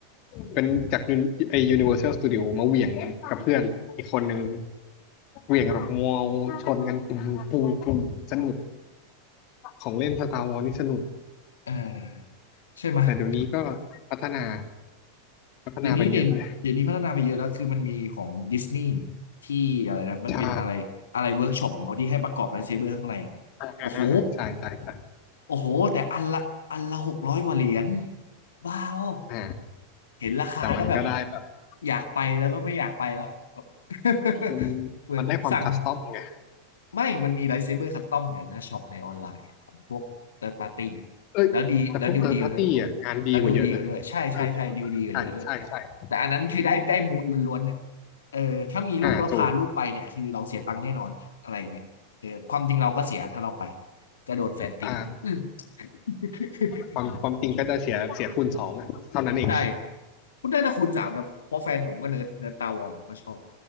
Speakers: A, on the left (about 40°); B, on the left (about 70°).
A: เป็นจากยูนไอ Universal Studio มาเหวี่ยงกับเพื่อนอีกคนนึงเหวี่ยงกันแบบมัวชนกันปุ้งปุ้งปุ้งสนุกของเล่นสตาร์วอลนี่สนุก
B: เออใช่ไหมย
A: แต่เดี๋ยวนี้ก็พัฒนาพัฒนาไปเยอะเลย
B: เดี๋ยวนี้เนี่ยเดี๋ยวนี้พัฒนาไปเยอะแล้วคือมันมีของดิสนีย์ที่อะไรนะมันเป็นอะไรอะไรเวิร์กช็อปของเขาที่ให้ประกอบไลท์เซเบอร์ข้างใน
A: ใช่อ่าอ่าอ่าอ่าใช่ใช่ใช่
B: โอ้โหโอ้โหแต่อันละอันละหกร้อยกว่าเหรียญบ้าเปล่า
A: อ่า
B: เห็นราคาแล้วแบบ
A: แต่มันก็ได้แบบ
B: อยากไปแล้วก็ไม่อยากไปแล้ว <laughs> แบบ <laughs>
A: มัน
B: เหมือนสั่ง
A: มันได้ความคัสตอมไง
B: ไม่มันมีไลท์เซเบอร์คัสตอมอยู่นะช็อปในออนไลน์ของพวกเติร์ดปาร์ตี้
A: เอ้ยแต่พวกเติร์ดพาร์ตี้อ่ะงานดีกว่าเยอะเลย
B: แล้วดีแล้วดูดีกว่าด้วยแล้วดูดีกว่าด้วย ใช่ใช่ใช่ดูดีกว่าเยอะเลย
A: เออใช่ใช่ใช่
B: แต่อันนั้นคือได้ได้มูดล้วนๆเนี่ยเออถ้ามีลูกแล้วพาลูกไปเนี่ยคือเราเสียตังค์แน่นอนอะไรอย่างเงี้ยเออความจริงเราก็เสียถ้าเราไป
A: อ่าถูก
B: กระโดดแฟนตีมือ
A: อ่า
B: <laughs>
A: ความความจริงก็จะเสียเสียคูณสองอะเท่านั้นเอง
B: ใช่คุณน่าจะคุณสามนะเพราะแฟนผมก็เนิร์ดเนิร์ดตาวอมก็ชอบ